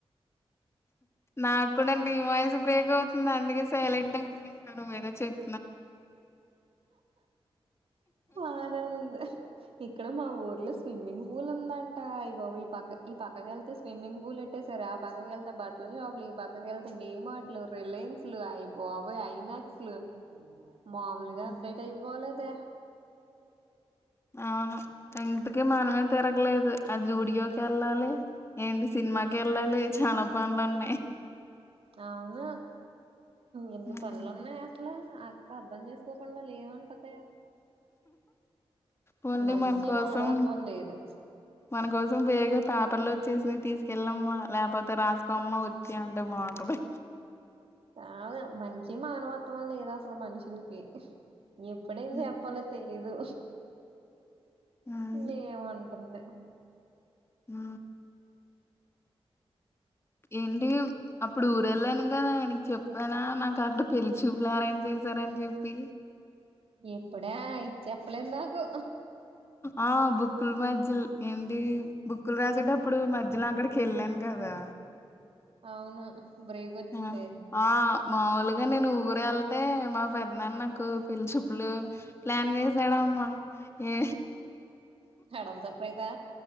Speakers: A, on the left; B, on the right.
A: నాకు కూడా ని వాయిస్ బ్రేక్ అవుతుంది అందుకే సైలెంట్ అయిపోయిన నువ్ ఏదో చెప్
B: ఆనంద్ ఇక్కడ మా ఊర్లో స్విమ్మింగ్ పూల్ ఉందంట అయ్య బాబోయ్ ఈ పక్ ఈ పక్కకేళ్తే స్విమ్మింగ్ పూల్ ఉంట్టే సరే ఆ పక్కకేళ్తే బట్టల షాపులు ఈ పక్కకేళ్తే డి మాట్లు రిలయన్స్ ట్లు అయి బాబోయ్ ఐ మక్స్లు మామూలుగా
A: హ్మ్.
B: అప్డేట్ అయిపోలేదే
A: అవును ఇందుకే మనమే తిరగలేదు అది గుడియోకి వెళ్ళాలి ఏంటి సినిమాకి ఎళ్ళాలి చాల పనులు ఉన్నాయి
B: అవును ఎన్ని
A: హ్మ్.
B: పనులున్నాయ అట్ల అక్క అర్ధం చేసుకోకుండ లేవంటది
A: వాళ్లు
B: మంచి
A: మన కోసం
B: మానవత్వం లేదు
A: మనకోసం వేగ పేపర్లు వచ్చేసింది తీసుకెళ్ళలమ్మా లేకపోతే రాసుకోమ్మా వచ్చి అంటే బాగుంటది
B: కా మంచి మానవత్వం లేదు అసలు మనుషులకి ఎప్పుడేం
A: హ్మ్.
B: చెప్పాలి తెలీదు
A: అది.
B: లేవంటుంది
A: ఆ ఎంటి అప్పుడు ఊరు వెళ్ళాను కదా ఆయనకి చెప్పానా నాకు అక్కడ పెళ్లి చూపులు అరేంజ్ చేశారని చెప్పి
B: ఎప్పుడే ఇది చెప్పలేదు నాకు
A: ఆ బుక్కులు మధ్యలు ఏంటి బుక్కులు రాసేటప్పుడు మధ్యలో అక్కడ <unintelligible> కెళ్ళాను కదా
B: అవును బ్రేక్ వచ్చింది
A: ఆ ఆ మాములుగా నేను ఊరు వెళ్తే మా పెద్దనాన్న నాకు పిల్లిచూప్పులు ప్లాన్ చేసాడు అమ్మా ఏ
B: సడన్ సర్ప్రైజా